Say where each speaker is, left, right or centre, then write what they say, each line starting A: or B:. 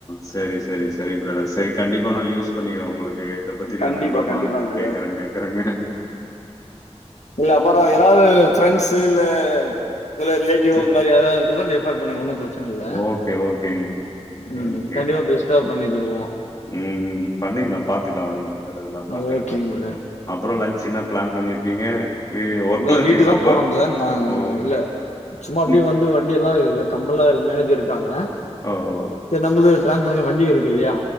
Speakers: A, on the left; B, on the left.
A: செரி செரி செரி பிரதர் செரி கண்டிப்பா நா யூஸ் பண்ணிக்கிறே உங்களுக்கு இத பத்தி
B: கண்டிப்பா,
A: நா அப்பறமா
B: கண்டிப்பாங்க பிரதர்.
A: கேக்குற கேக்குறங்க
B: இல்ல அப்பறோ யாராவ்து ஃப்ரெண்ஸு இல்ல உங்க ரிலேட்டிவ்வோ
A: சரி.
B: இந்மாரி யாரவ்து கூட ரெஃப்பர் பண்ணுங்க ஒன்னு பிர ச்சன இல்ல
A: ஓகே, ஓகேங்க. ஓகே,
B: ம்
A: ஓகே.
B: கண்டிப்பா பெஸ்ட்டா பண்ணி தருவோ
A: ம் ம் பண்ணிக்கலா பாத்துக்கலா உடுங் ப்ரதர் அதெல்லா பாத்துக்கலாங்க
B: ஓகேங்க பிரதர்.
A: அப்றோ லஞ்ச் என்ன பிளான் பண்ணிருக்கீங்க வி ஒர்க்ல
B: பிரதர்
A: இருக்கீங்களா
B: வீட்டுக்தா
A: அப்ப
B: போணு பிரதர் நா
A: ஓ
B: இல்ல சும்மா அப்டியு
A: நீ
B: வந் து வண்டி எல்லா இல்ல கம்பளா மேனேஜர் இருக்காங்க
A: ஓ ஓ
B: ச நம்மளு டின்ஸ்போர்டுகு எ வண்டியு இருக்கு இல்லயா